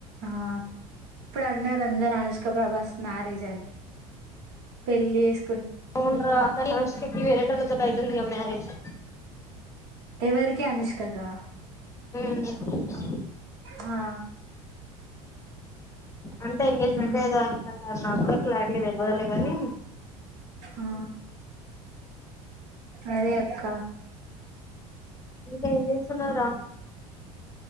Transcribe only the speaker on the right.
ఆ ప్పుడు అన్నారు అందరూ అనుష్క ప్రభాస్ మ్యారేజ్ అని పెళ్ళి ఏస్
ఎవరికి అనుష్క కా
హా
ఆ
హా అదే అక్క